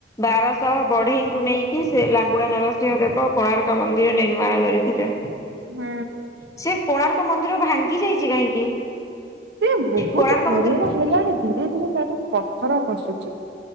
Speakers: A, on the left; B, on the right.
A: ବାରଶହ ବଢେଇଙ୍କୁ ନେଇକି ସେ ଲାଙ୍ଗୁଡା ନରସିଂହ ଦେବ କୋଣାର୍କ ମନ୍ଦିର ନିର୍ମାଣ କରି ଥିଲେ।
B: ହଁ।
A: ସେ କୋଣାର୍କ ମନ୍ଦିର ଭାଙ୍ଗି ଯାଇଛି କାହିଁକି?
B: ସେ ବହୁତ
A: କୋଣାର୍କ
B: ପୁରୁଣା
A: ମନ୍ଦିର
B: ହେଲାଣି ଧୀରେ ଧୀରେ ତାଠୁ ପଥର ଖସୁଛି।